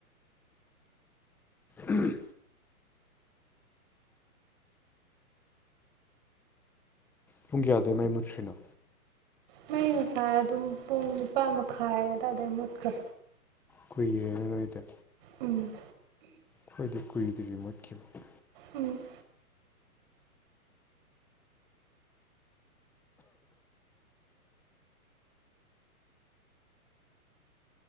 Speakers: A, in the centre; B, on the right.
A: ꯎꯝ ꯄꯨꯡ ꯀꯌꯥꯗꯩ ꯃꯥꯏ ꯃꯨꯠ꯭ꯔꯤꯅꯣ
B: ꯃ ꯉꯁꯥꯏ ꯑꯗꯨꯝ ꯄꯨꯡ ꯅꯤꯄꯥꯥꯟ ꯃꯈꯥꯏ ꯑꯗꯨꯋꯥꯏꯗꯥꯏ ꯃꯨꯠꯈ꯭ꯔꯦ
A: ꯀꯨꯏꯔꯦꯔꯔꯣꯏꯗ
B: ꯎꯝ
A: ꯀꯈꯗꯤ ꯀꯨꯏ ꯗꯗꯤꯒ꯭ꯔꯤ ꯃꯠꯀꯤꯈꯤꯕꯨ
B: ꯎꯝ